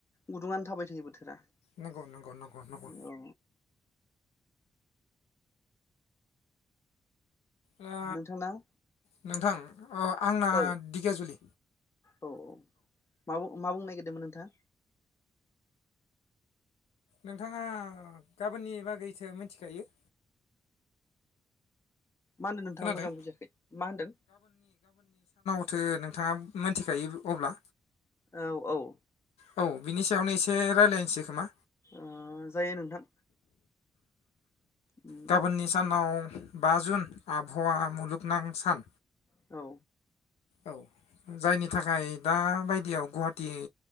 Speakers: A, on the left; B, on the left.
A: गुदुंङानो थाबाय थायो बोथोरा
B: नंगौ नंगौ नंगौ नंगौ
A: औ
B: दा
A: नोंथांनाव
B: नोंथां अ आंना
A: औ
B: दिगाजुलि
A: औ औ मा मा बुंनो नागिर दोंमोन नोंथां
B: नोंथाङा गाबोननि बागैथो मिनथिखायो
A: मा होनदों नोंथां
B: खोनादों
A: आं मोजां बुजियाखै मा होनदों
B: थो नों नोंथाङा मिथिखायो अब्ला
A: औ ओ
B: औ बिनि सायावनो एसे रायलायसै खोमा
A: ओ जायो नोंथां उम
B: गाबोननि सानाव बा जुन आबहावा मुलुगनां सान
A: औ
B: औ जायनि थाखाय दाबायदियाव गुवाहाटि